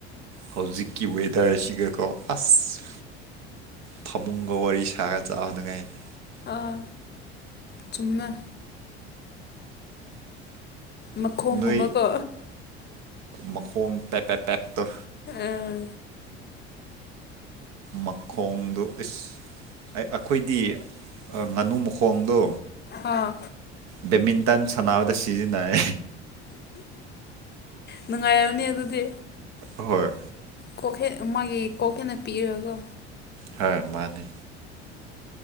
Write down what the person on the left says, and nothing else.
ꯑꯥ ꯆꯨꯝꯃꯦ ꯃꯈꯣꯡꯒꯨꯝꯕꯀꯣ
ꯑꯥ
ꯑꯥ
ꯅꯨꯡꯉꯥꯏꯔꯝꯅꯤ ꯑꯗꯨꯗꯤ
ꯀꯣꯛ ꯍꯦ ꯃꯥꯒꯤ ꯀꯣꯛ ꯍꯦꯅ ꯄꯤꯔꯒꯀꯣ